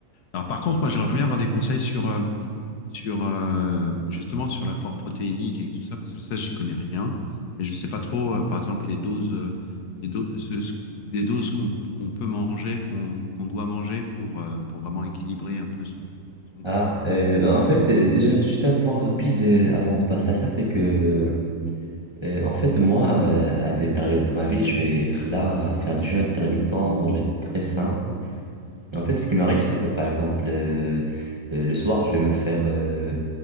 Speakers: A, on the left; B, on the right.
A: Alors par contre, moi j'aimerais bien avoir des conseils sur, euh, sur euh, justement sur l'apport protéinique et tout ça, parce que ça, j'y connais rien. Et je sais pas trop, euh, par exemple, les doses, euh, les do- ce- ce- les doses qu'on qu'on peut manger, qu'on qu'on doit manger pour, euh, pour vraiment équilibrer un peu son, son
B: Ah,
A: corps.
B: euh, ben, en fait, euh, déjà, juste un point rapide euh, avant de passer à ça, c'est que, euh, en fait, moi, euh, à des périodes de ma vie, je vais être là à faire du jeûne intermittent, à manger très sain. Et en fait, ce qui m'arrive, c'est que, par exemple, euh, euh, le soir, je vais me faire euh,